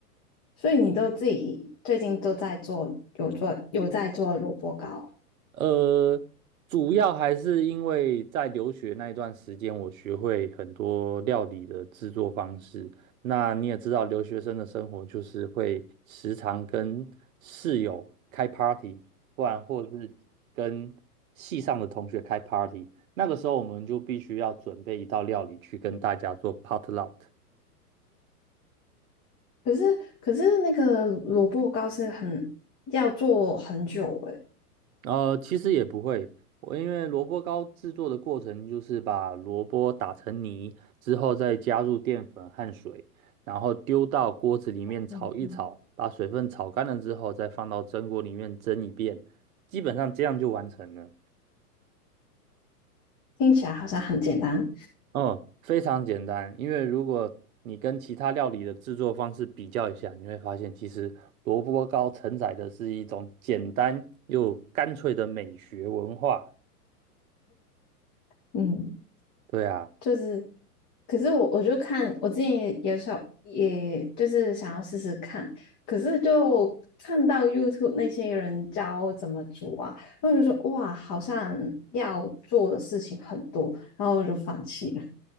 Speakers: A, on the left; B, on the right.
A: 所以你都自己最近都在做，有做有在做萝卜糕，
B: 呃，主要还是因为在留学那一段时间，我学会很多料理的制作方式。那你也知道，留学生的生活就是会时常跟室友开 party，不然或者是跟系上的同学开 party。那个时候我们就必须要准备一道料理去跟大家做 potluck。
A: 可是可是那个萝卜糕是很要做很久诶，
B: 呃，其实也不会，我因为萝卜糕制作的过程就是把萝卜打成泥之后，再加入淀粉和水，然后丢到锅子里面炒一炒，
A: 嗯
B: 把水分炒干了之后，再放到蒸锅里面蒸一遍，基本上这样就完成了。
A: 听起来好像很简单。
B: 嗯，非常简单，因为如果你跟其他料理的制作方式比较一下，你会发现其实萝卜糕承载的是一种简单又干脆的美学文化。
A: 嗯。
B: 对啊。
A: 就是，可是我我就看我之前也也想，也就是想要试试看，可是就看到 YouTube 那些人教怎么煮啊，然后就说哇，好像要做的事情很多，然后我就放弃了。